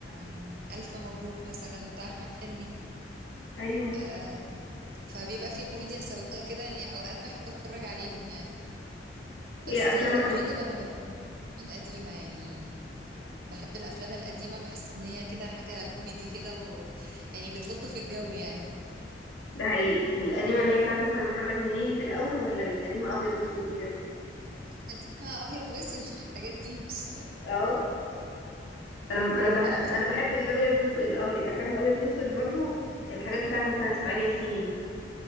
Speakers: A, on the right (about 55°); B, on the left (about 80°).
A: آه، الف مبروك مثلا بتاع احمد حلمي
B: ايوه
A: آه، فبيبقى فيه كوميديا سوداء كده يعني اوقات بحب اتفرج عليهم يعني بس
B: هي افلام
A: في
B: احمد
A: الغالب انا بميل القديمه يعني بحب الافلام القديمه بحس ان هي كده حاجه كوميدي كده و... يعني بتلطف الجو يعني
B: ده حقيقي القديمة اللي هي بتاعت مثلا محمد هنيدي في الاول ولا القديمة ابيض واسود وكده
A: قديمه ابيض واسود <laughs> الحاجات دي مش
B: اه
A: آه،
B: انا انا بح...
A: فانا
B: انا
A: بحب
B: بحب الابيض واسود الأ- الافلام الابيض واسود برضو الحاجات بتاعت مثلا اسماعيل ياسين